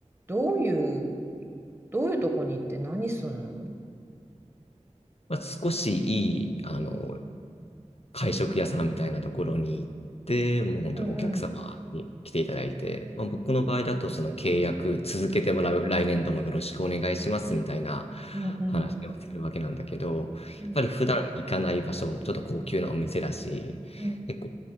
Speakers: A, on the right; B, on the left.
A: どういう、どういうとこに行って何すんのう
B: まあ、少しいい、あの、会食屋さんみたいなところに行って、もう本当にお客様に来ていただいて、
A: んうん
B: まあ、僕の場合だとその契約続けてもらう、来年度もよろしくお願いしますみたいな
A: うん
B: 話をするわけなんだけど、
A: うん
B: やっぱり普段行かない場所、ちょっと高級なお店だし、
A: うん
B: 結構